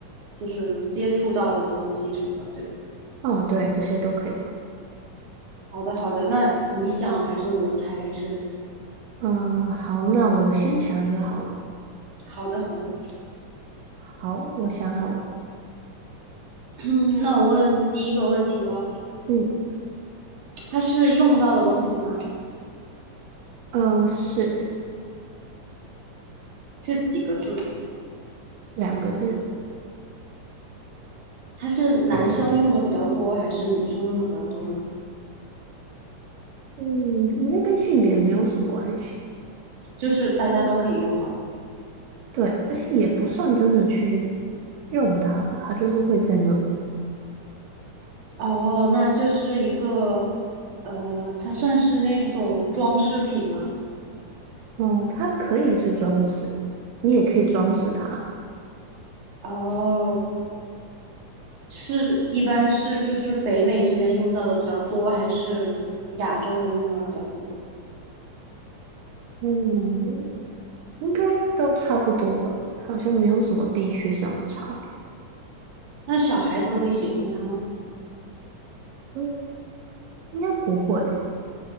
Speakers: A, on the right; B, on the right.
A: 就是接触到的东西什么的，对吧？
B: 哦，对，这些都可以问。
A: 好的，好的，那你想还是我猜还是？
B: 嗯、好，那我先想一个好了。
A: 好的，好的，
B: 好，我想好了。
A: <clears throat> 嗯，那我问第一个问题咯，
B: 嗯。
A: 它是用到的东西吗？
B: 呃，是
A: 是几个字？
B: 两个字，
A: 它是男生用的比较多，还是女生用的比较多呢？
B: 嗯，应该跟性别没有什么关系，
A: 就是大家都可以用到。
B: 对，而且也不算真的去用它吧，它就是会在那里。
A: 哦，那就是一个，呃，它算是那种装饰品吗？
B: 呃，它可以是装饰，你也可以装饰它，
A: 哦，是，一般是就是北美这边用到的比较多，还是亚洲人用到的比较多？
B: 嗯，应该都差不多吧，它好像没有什么地区上的差别，
A: 那小孩子会喜欢它吗？
B: 嗯，应该不会，